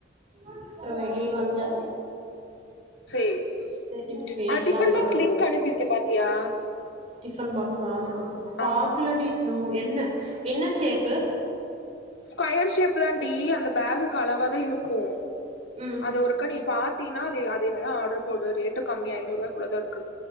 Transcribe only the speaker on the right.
அப்றம் வெளிய வந்தே
செரி பேசலா
உங்க
கூட
டிஃபன் பாக்ஸ் ஆனா அ பாக்லடி
<unintelligible> என்ன என்ன ஷேப்பு
ம்